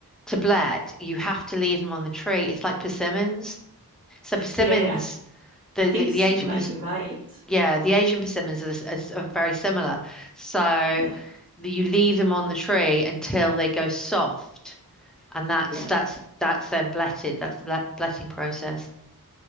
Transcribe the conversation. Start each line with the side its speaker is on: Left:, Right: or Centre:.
Centre: to blet you have to leave them on the tree. It's like persimmons. So persimmons
Right: Yeah, I,
Centre: the
Right: I think
Centre: the, the Asian
Right: you might
Centre: pers
Right: be right.
Centre: yeah, the Asian persimmons are, the s- are, s- are very similar. So
Right: Yeah,
Centre: the, you leave them on the tree until they go soft, and that's
Right: yeah.
Centre: that's that's then bletted. That's the ble- bletting process.